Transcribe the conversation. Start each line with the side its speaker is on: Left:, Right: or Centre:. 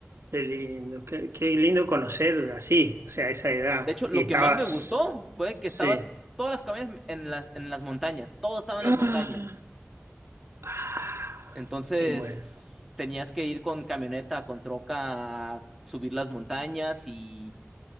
Right: Qué lindo, qué, qué lindo conocer así, o sea, esa edad.
Centre: De hecho, lo
Right: Y estabas,
Centre: que más me gustó fue que
Right: sí.
Centre: estaba todas las cabañas en las, en las montañas, todo estaba
Right: <gasps>
Centre: en las montañas.
Right: Ah,
Centre: Entonces
Right: me muero.
Centre: tenías que ir con camioneta, con troca, a subir las montañas y